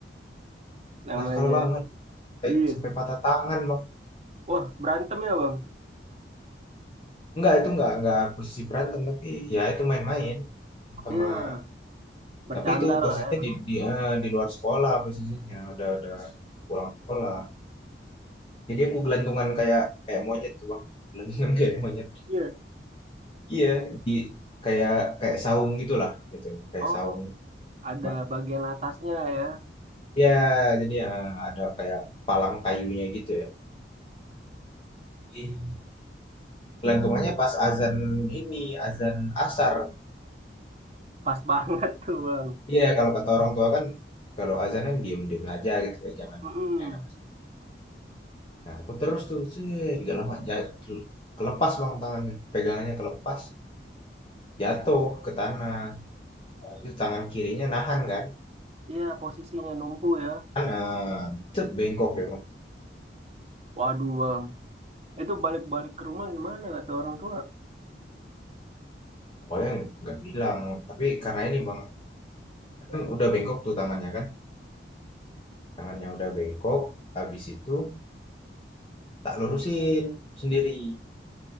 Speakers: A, on the right (about 35°); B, on the left (about 30°).
A: namanya
B: Nakal banget. Sampai,
A: iya
B: sampai
A: sih.
B: patah tangan bang.
A: Wah, berantem ya bang?
B: Enggak, itu enggak, enggak posisi berantem. Tapi ya itu main-main sama.
A: Iya, bercanda
B: Tapi itu posisinya
A: lah ya. Bang.
B: di, di, eh, di luar sekolah posisinya. Udah, udah pulang sekolah. Jadi aku gelantungan kayak kayak monyet tuh bang. Gelantungan <laughs> kayak monyet.
A: Iya.
B: Iya, di kayak kayak saung gitulah gitu, kayak
A: Oh,
B: saung.
A: ada
B: Cuman,
A: bagian atasnya ya.
B: Ya, jadi ya ada kayak palang kayunya gitu ya. Jadi gelantungannya Oh, pas azan ini, azan asar.
A: Pas banget <laughs> tuh bang.
B: Iya, kalau kata orang tua kan kalau azan kan diem-diem aja gitu ya, jangan
A: Mm-mm.
B: main apa segala. Nah, aku terus tuh, set, gak lama jatuh, kelepas bang tangannya, pegangannya kelepas, jatuh ke tanah. Terus tangan kirinya nahan kan,
A: Iya, posisinya numpu ya.
B: kan eh, cet, bengkok ya bang.
A: Waduh bang, itu balik-balik ke rumah gimana kata orang tua?
B: awalnya nggak bilang tapi karena ini bang kan udah bengkok tuh tangannya kan tangannya udah bengkok habis itu tak lurusin sendiri